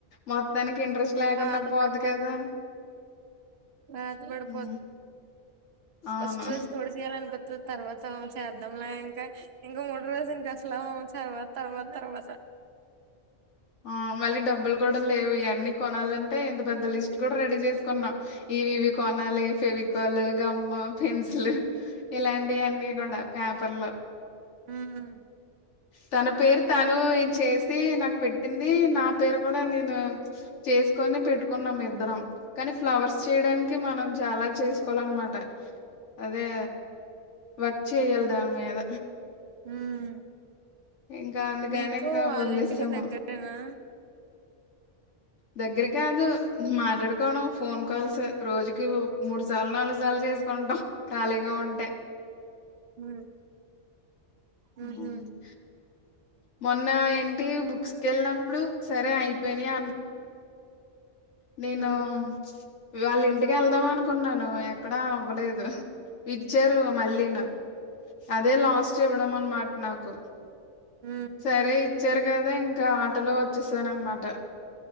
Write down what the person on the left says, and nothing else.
మొత్తానికి ఇంట్రెస్ట్
కదా
హ్మ్. అవును
ఆ మళ్ళీ డబ్బుల్ గుడ లేవ్ ఇయన్నీ కొనాలంటే ఇంత పెద్ద లిస్ట్ గుడ్ రెడీ జేస్కున్నా ఇవివి కొనాలీ ఫెవికాలు గమ్మ్మూ పెన్సిలు ఇలాంటి అన్నీ గుడా పేపర్ లో
తన పేర్ తనూ ఇచ్చేసీ నాక్ పెట్టిందీ నా పేర్ కుడ నేనూ చేస్కోని పెట్టుకున్నాం ఇద్దరం కానీ ఫ్లవర్స్ చేయడానికి మనం చాలా చేసుకోవాలన్మాట అదే వర్క్ చేయాల్ దాన్మీద
ఇంకా అందుకని
ఇంకా
వదిలేసాము
దెగ్గరకాదూ మాట్లాడుకోవడం ఫోన్ కాల్సు రోజుకి మూడు సార్లు నాలుగు సార్లు చేస్ కొంటం కాళీగా ఉంటే
ఉమ్
హ్ మొన్నా ఇంటివి బుక్స్ కెళ్నప్పుడు సరే ఐపోయినయ్ అన్ నేనూ
ఇవాళ్ ఇంటికెళ్దామనుకున్నానూ ఎక్కడా అవ్వలేదు ఇచ్చరూ మళ్లీ నా అదే లాస్ట్ ఇవ్వడం అన్మాట్ నాకు
సరే ఇచ్చారు కదా ఇంకా ఆటోలో వచ్చేసానన్మాట